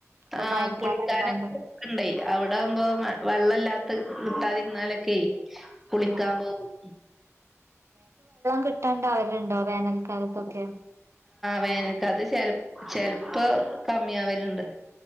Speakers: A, on the right; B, in the centre.
A: ഇപ്പൊ
B: ആഹ്
A: മഴക്കാലം
B: കുളിക്കാനൊക്കെ
A: ആയതുകൊണ്ട്
B: പോക്ക്ണ്ടേ. അവിടെ ആവുമ്പോ വെള്ളല്ലാ കിട്ടാതിരുന്നാലൊക്കെ കുളിക്കാൻ
A: ആ ആ
B: പോകും.
A: കിട്ടാണ്ടാവല്ണ്ടോ വേനൽക്കാലത്തൊക്കെ
B: വേനൽ കാലത്ത് ചെ ചെൽപ്പോ കമ്മി ആവലുണ്ട്.